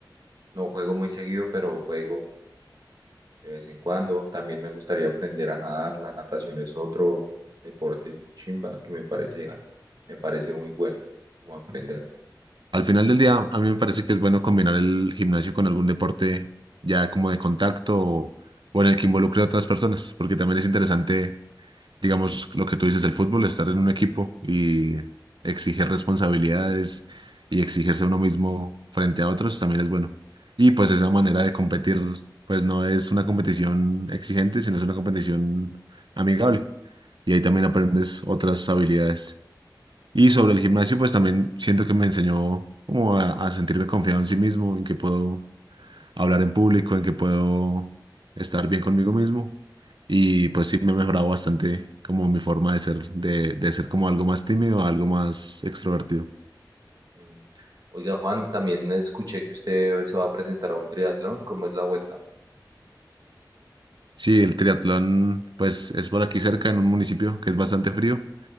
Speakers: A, on the right; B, on the right.
A: No juego muy seguido, pero juego de vez en cuando. También me gustaría aprender a nadar. La natación es otro deporte chimba que me parecía, me parece muy bueno como aprender.
B: Al final del día, a mí me parece que es bueno combinar el gimnasio con algún deporte ya como de contacto o, o en el que involucre a otras personas, porque también es interesante digamos, lo que tú dices, el fútbol, estar en un equipo y exigir responsabilidades y exigirse a uno mismo frente a otros también es bueno. Y pues esa manera de competir, pues no es una competición exigente, sino es una competición amigable. Y ahí también aprendes otras habilidades. Y sobre el gimnasio, pues también siento que me enseñó como a, a sentirme confiado en sí mismo, en que puedo hablar en público, en que puedo estar bien conmigo mismo. Y pues sí me he mejorado bastante como mi forma de ser, de, de ser como algo más tímido, a algo más extrovertido.
A: Mm. Oiga, Juan, también escuché que usted se va a presentar a un triatlón. ¿Cómo es la vuelta?
B: Sí, el triatlón pues es por aquí cerca en un municipio que es bastante frío